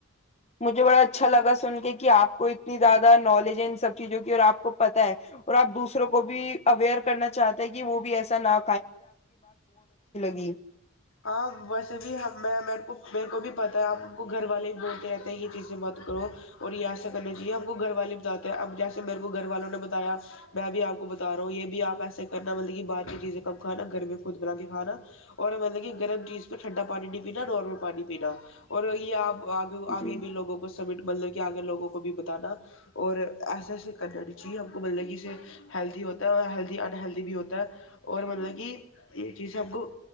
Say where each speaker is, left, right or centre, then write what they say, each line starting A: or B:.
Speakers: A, on the left; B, on the left.
A: مجھے بڑا اچھا لگا سن کر کہ آپ کو ان سب چیزوں کی اتنی زیادہ معلومات ہیں، اور آپ دوسروں کو بھی آگاہ کرنا چاہتے ہیں کہ وہ بھی ایسی چیزیں نہ کھائیں۔
B: آج مجھے بھی لگا کہ مجھے بھی پتا ہے، آپ کو گھر والے ہی بتاتے ہیں کہ یہ چیزیں مت کرو، یہ چیزیں ایسے کرو۔ جیسے مجھے گھر والوں نے بتایا، میں بھی آپ کو بتاؤں کہ باہر کی چیزیں نہیں کھانی، گھر میں خود بنا کر کھان <inaudible> گرم چیز پہ ٹھنڈا پانی نہیں پینا نارمل پانی پینا اور یہ آپ آگ آگے
A: جی
B: بھیوگوں کو سمیٹ مطلب کہ آگے آگے لوگوں کو بتانا کہ ایسے ایسے۔ کرنا نہیں چاہیے ہم کو مطلب کہ اسے ہیلدی ہوتا ہے اور ہیلدی انہلدی بھی ہوتا ہے اور مطلب کہ یہ چیزیں ہم کو